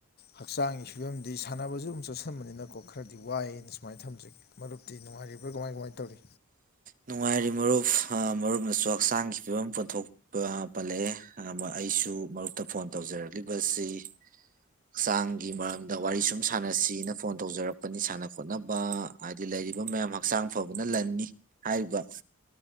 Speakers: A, on the left; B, on the right.
A: ꯍꯛꯆꯥꯡꯒꯤ ꯐꯤꯕꯝꯗꯤ ꯁꯥꯟꯅꯕꯁꯨ ꯑꯗꯨꯝ ꯆꯠꯁꯟꯕꯅꯤꯅꯀꯣ ꯈꯔꯗꯤ ꯋꯥꯏꯑꯅ ꯁꯨꯃꯥꯏꯅ ꯊꯝꯖꯒꯦ ꯃꯔꯨꯞꯇꯤ ꯅꯨꯡꯉꯥꯏꯔꯤꯕ꯭ꯔꯥ ꯀꯃꯥꯏ ꯀꯃꯥꯏꯅ ꯇꯧꯔꯤ
B: ꯅꯨꯡꯉꯥꯏꯔꯤ ꯃꯔꯨꯞ ꯃꯔꯨꯞꯅꯁꯨ ꯍꯛꯆꯥꯡꯒꯤ ꯐꯤꯕꯝ ꯄꯨꯊꯣꯛ ꯄꯜꯂꯛꯑꯦ ꯑꯩꯁꯨ ꯃꯔꯨꯞꯇ ꯐꯣꯟ ꯇꯧꯖꯔꯛꯂꯤꯕꯁꯤ ꯍꯛꯆꯥꯡꯒꯤ ꯃꯔꯝꯗ ꯋꯥꯔꯤ ꯁꯨꯝ ꯁꯥꯟꯅꯁꯤꯅ ꯐꯣꯟ ꯇꯧꯖꯔꯛꯄ ꯄꯅꯤ ꯁꯥꯟꯅ ꯈꯣꯠꯅꯕ ꯍꯥꯏꯗꯤ ꯂꯩꯔꯤꯕ ꯃꯌꯥꯝ ꯍꯛꯆꯥꯡ ꯐꯕꯅ ꯂꯟꯅꯤ ꯍꯥꯏꯔꯤꯕ